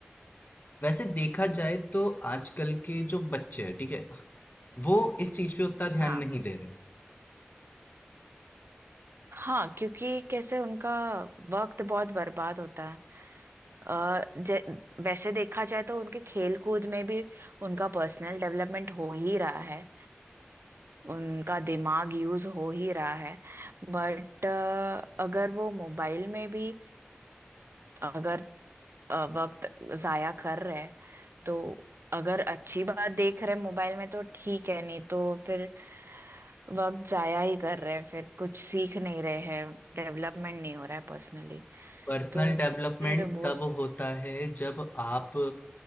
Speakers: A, on the left; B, on the right.
A: वैसे देखा जाए तो आजकल के जो बच्चे हैं ठीक है वो इस चीज पे उतना
B: हाँ
A: ध्यान नहीं दे रहे
B: हाँ क्योंकि कैसे उनका वक्त बहुत बर्बाद होता है अ, जे- वैसे देखा जाए तो उनके खेल कूद में भी उनका पर्सनल डेवलपमेंट हो ही रहा है उनका दिमाग यूज हो ही रहा है बट अगर वो मोबाइल में भी अगर अ, वक्त जाया कर रहे हैं तो अगर अच्छी बात देख रहे हैं मोबाइल में तो ठीक है नहीं तो फिर वक्त जाया ही कर रहे हैं फिर कुछ सीख नहीं रहे हैं डेवलपमेंट नहीं हो रहा है पर्सनली
A: पर्सनल
B: तो फिर
A: डेवलपमेंट
B: वो
A: तब होता है जब आप